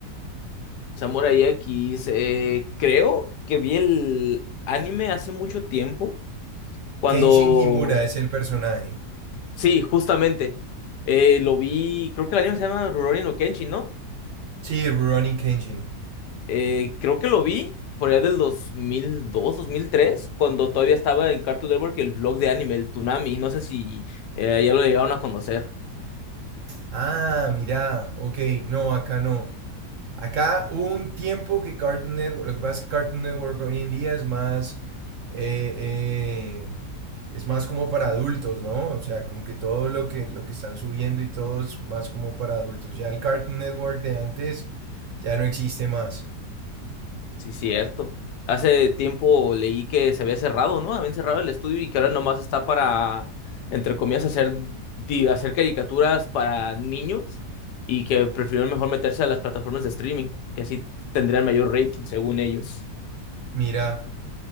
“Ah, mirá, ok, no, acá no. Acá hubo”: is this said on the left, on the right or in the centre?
Right